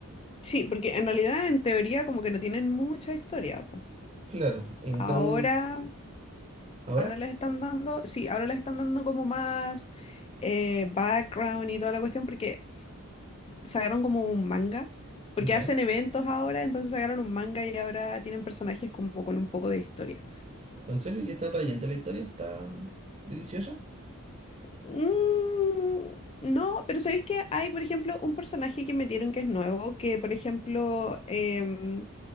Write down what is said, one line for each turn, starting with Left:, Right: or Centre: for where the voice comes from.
Left: sí, porque en realidad en teoría como que no tienen mucha historia. po.
Right: Claro, en
Left: Ahora,
Right: cam ahora,
Left: ahora les están dando, sí, ahora les están dando como más eh, background y toda la cuestión porque sacaron como un manga, porque
Right: ya.
Left: hacen eventos ahora, entonces sacaron un manga y ahora tienen personajes como con un poco de historia.
Right: ¿En serio? ¿Y está atrayente la historia? ¿Está deliciosa?
Left: Mm, no, pero ¿sabéis que hay, por ejemplo, un personaje que metieron que es nuevo, que por ejemplo em,